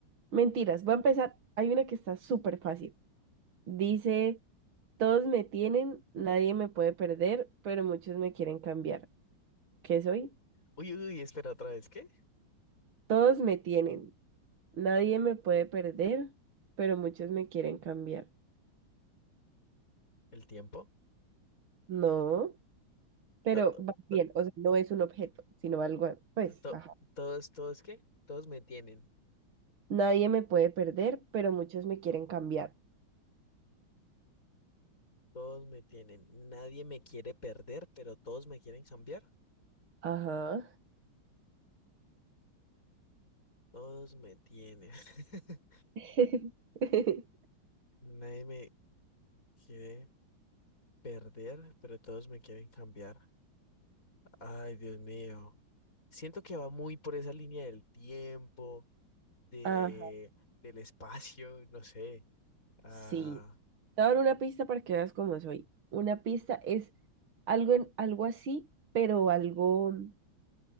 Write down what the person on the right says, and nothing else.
mentiras, voy a empezar, hay una que está súper fácil. Dice, todos me tienen, nadie me puede perder, pero muchos me quieren cambiar. ¿Qué soy?
Todos me tienen. Nadie me puede perder, pero muchos me quieren cambiar.
No, pero
va bien,
o sea, no es un objeto, sino algo, a- pues,
ajá.
Nadie me puede perder, pero muchos me quieren cambiar.
Ajá.
<laughs>
Ajá,
sí. Te voy a dar una pista para que veas cómo soy. Una pista es algo en algo así, pero algo,